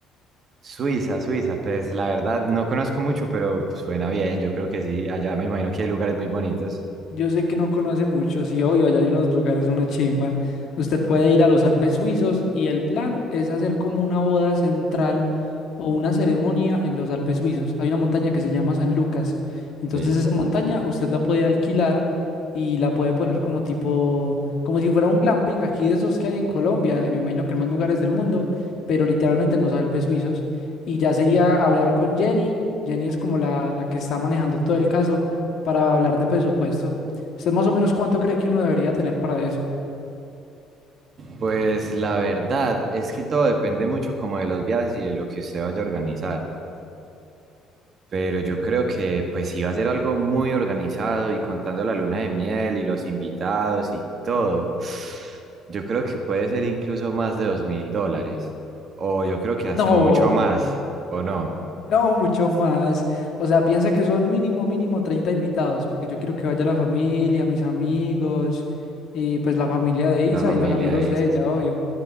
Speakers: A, on the right; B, on the left.
A: Suiza, Suiza, pues la verdad no conozco mucho, pero suena bien, yo creo que sí, allá me imagino que hay lugares muy bonitos.
B: Yo sé que no conoce mucho, sí, obvio, allá hay unos lugares, una chimba. Usted puede ir a los Alpes suizos y el plan es hacer como una boda central o una ceremonia en los Alpes suizos. Hay una montaña que se llama San Lucas. Entonces
A: Sí.
B: esa montaña usted la puede alquilar y la puede poner como tipo, como si fuera un glamping aquí de esos que hay en Colombia y me imagino que en más lugares del mundo, pero literalmente en los Alpes suizos. Y ya sería hablar con Jenny. Jenny es como la, la que está manejando todo el caso para hablar de presupuesto. ¿Usted más o menos cuánto cree que uno debería tener para eso?
A: Pues la verdad es que todo depende mucho como de los viajes y de lo que usted vaya a organizar. Pero yo creo que pues iba a ser algo muy organizado y contando la luna de miel y los invitados y todo. Yo creo que puede ser incluso más de dos mil dólares. O yo creo que hasta
B: No,
A: mucho más. ¿O no?
B: no, mucho más. O sea, piensa que son mínimo, mínimo 30 invitados, porque yo quiero que vaya la familia, mis amigos, y pues la familia de Isa
A: La familia
B: y los amigos
A: es
B: de ella,
A: así.
B: obvio.